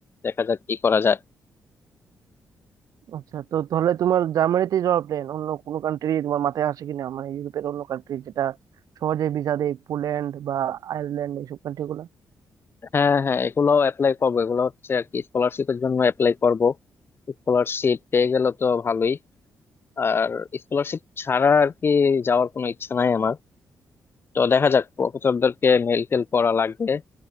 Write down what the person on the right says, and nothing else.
আচ্ছা তো তাহলে তোমার জার্মানিতে যাওয়ার প্ল্যান অন্য কোনো কান্ট্রি তোমার মাথায় আসে কিনা মানে ইউরোপের অন্য কান্ট্রি যেটা সহজে ভিসা দেয় পোল্যান্ড বা আয়ারল্যান্ড এইসব কান্ট্রি গুলা